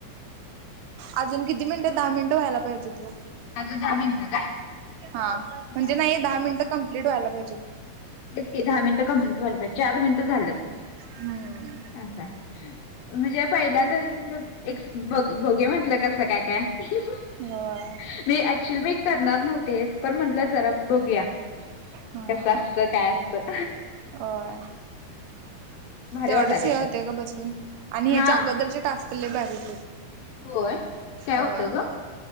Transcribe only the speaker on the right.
अजून किती मिनिटे दहा मिनिटं व्हायला पाहिजेत.
हा म्हणजे
नाही दहा मिनट कमप्लीट व्हायला पाहिजे
हम्म.
होय
हा
होय
तेवढंच
हे
होतेग बसून आणि ह्याच्या
अगोदरचे टास्कले भारी होते.
होय.